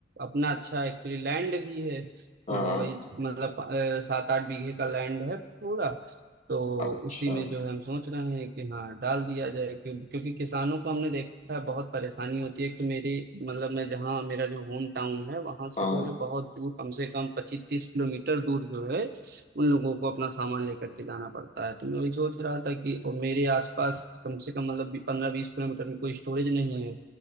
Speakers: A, on the right; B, on the left.
A: अपना अच्छा एक्चुअली लैंड भी है तो
B: हाँ
A: वही मतलब अ, सात आठ बीघे का लैंड है पूरा तो
B: अच्छा
A: उसी में जो है हम सोच रहे हैं कि हाँ डाल दिया जाए क्यों, क्योंकि किसानों को हमने देखा है बहुत परेशानी होती है एक तो मेरी मतलब मैं जहाँ मेरा जो होम टाउन है वहां से
B: हाँ
A: जो है बहुत दूर कम से कम पच्चीस तीस किलोमीटर दूर जो है उन लोगों को अपना सामान लेकर के जाना पड़ता है तो मैं वही सोच रहा था कि और मेरे आसपास कम से कम मतलब पंद्रह बीस किलोमीटर में कोई स्टोरेज नहीं है